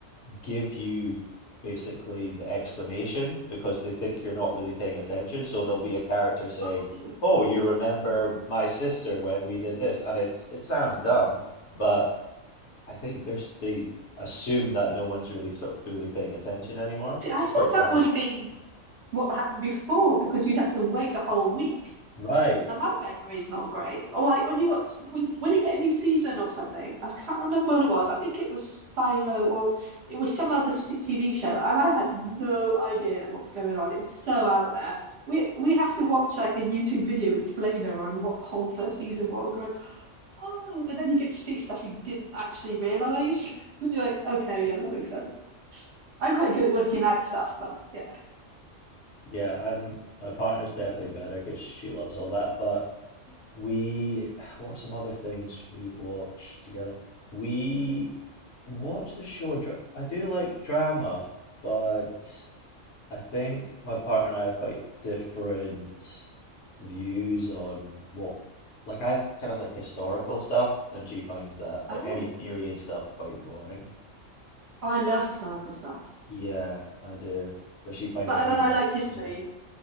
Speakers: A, on the left; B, on the right.
A: give you basically the explanation because they think you're not really paying attention. So there'll be a character saying,
B: Oh no.
A: "Oh, you remember my sister when we did this," and it's it sounds dumb, but I think there's they assume that no one's really sort of fully paying attention anymore.
B: See, I
A: It's
B: thought
A: quite sad.
B: that would have been what happened before because you'd have to wait a whole week.
A: Right.
B: And my memory is not great. Or like when you watch when when you get a new season of something, I can't remember what it was. I think it was Silo or it was some other s- TV show, and I had no idea what was going on. It was so out there. We we have to watch like a YouTube video explainer on what the whole first season was. And like, oh, and then you get to see stuff you didn't actually realize. <laughs> And you're like, okay, yeah, that makes sense. I'm quite good at working out stuff, but yeah.
A: Yeah, I'm my partner's definitely better because she loves all that. But we, <sighs> what are some other things we've watched together? We watched the show. Dra- I do like drama, but I think my partner and I have quite different views on what, like I kind of like historical stuff, and she finds that
B: Oh,
A: like any period stuff quite boring.
B: I love historical stuff.
A: Yeah, I do, but she finds
B: But
A: it a
B: then
A: wee bit
B: I like history.
A: boring.